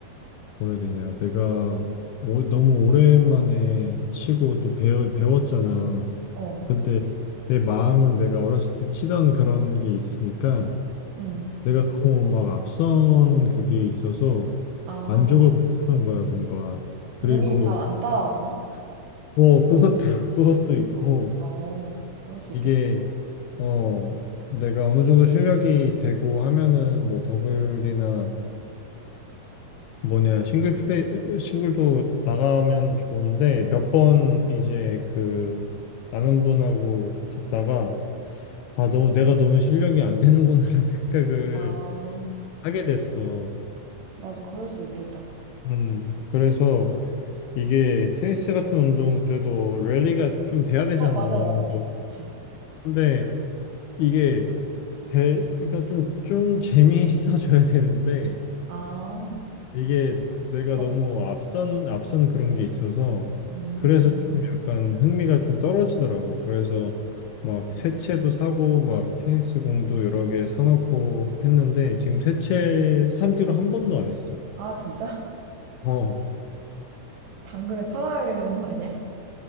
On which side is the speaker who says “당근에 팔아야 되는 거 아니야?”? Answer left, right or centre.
Right